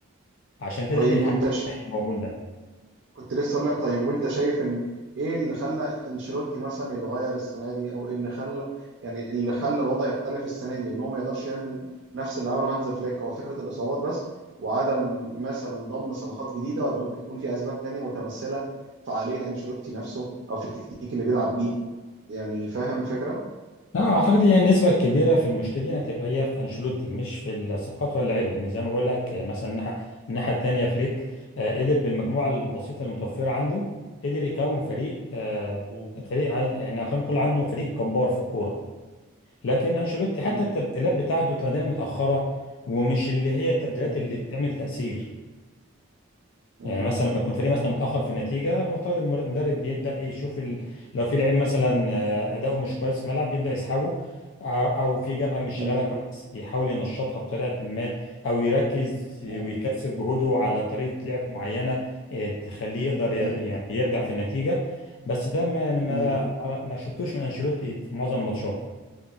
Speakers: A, on the left; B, on the right.
A: عشان كده
B: طيب
A: قدر يحقق
B: وانت ش...
A: النجاح اللي موجود ده
B: كنت لسه اقول لك طيب وانت شايف ان ايه اللي خلى انشيلوتي مثلا يتغير السنه دي او إيه اللي خلى يعني اللي خلى الوضع يختلف السنه دي وان هو ما يقدرش يعمل نفس اللي عمله هانز فليك هو فكره الاصابات بس وعدم مثلا ضم صفقات جديده ولا ممكن تكون في اسباب تانية متمثله في عقليه انشيلوتي نفسه او في التكتيك اللي بيلعب بيه يعني فاهم الفكره؟
A: لا اعتقد هي النسبه الكبيره في المشكله دي هتبقى هي في انشيلوتي مش في الصفقات ولا اللعيبه لان زي ما بقول لك آه، مثلا الناحيه الناحيه الثانيه فليك آه، قدر بالمجموعه البسيطه المتوفره عنده قدر يكون فريق آه،
B: مم.
A: فريق عايز- يعني خلينا نقول
B: مم.
A: عنه فريق جبار في الكوره لكن انشيلوتي حتى
B: مم.
A: التبديلات بتاعته تبقى دايما متاخره ومش اللي هي التبديلات
B: مم.
A: اللي بتعمل تاثير
B: مم.
A: يعني مثلا لما يكون فريق مثلا متاخر في النتيجه المفترض المر- المدرب بيبدا يشوف ال... لو في لعيب مثلا آه، اداؤه مش كويس في الملعب بيبدا يسحبه آه، او في جبهه مش
B: مم.
A: شغاله كويس بيحاول ينشطها بطريقه ما او يركز ويكثف
B: مم.
A: جهوده على طريقه لعب معينه آه، تخليه يقدر ي-
B: مم.
A: يعني يرجع في النتيجه بس ده ما يعني ما
B: مم.
A: ما ما شفتوش من انشيلوتي في معظم الماتشات